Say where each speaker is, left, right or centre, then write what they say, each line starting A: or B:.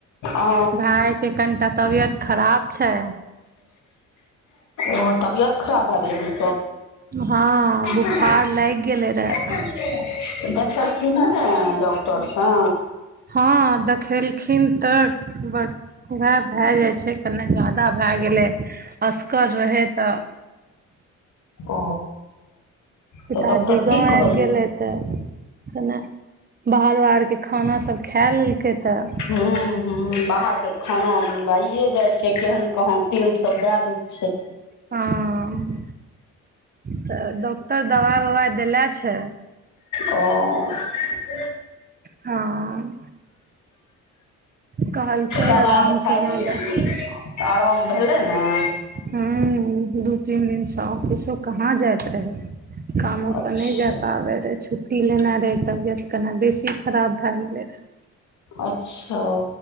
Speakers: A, on the left; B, on the right.
A: अ
B: भाय के कनिटा तबियत खराब छै
A: ओ तबियत खराब भए गेलै
B: हँ बुखार
A: हन
B: लागि गेले रहे
A: तऽ देखलखिन ने डॉक्टरसँ
B: हँ देखेलखिन तऽ बड़ उएह भए जाइ छै कनि ज्यादा भए गेलै असगर रहै तऽ
A: ओ
B: पिताजी
A: तऽ डॉक्टर की
B: गाँंव
A: कहल
B: आबि गेलैतह तऽ कने बाहारो आाहरके खाना सब खा लेलकै तऽ
A: ह ह बाहरके खानामे भइए जाइ छै केहन कहाँ तेल सब दए दै छै
B: हँ तऽ डॉक्टर दबाइ ववाइ देने छै
A: ओ
B: हँ कहलकै
A: दबाइ
B: आराम
A: खा
B: करै
A: तऽ
B: लए
A: आराम भेलै नऽ
B: हू दू तीन दिनसँ ऑफिसो कहाँ जाइत रहै कामो
A: अच्छा
B: पर न जाय पाबै तऽ छुट्टी लेना रहै तबियत केना बेसी खराब भए गेलै रहै
A: अच्छा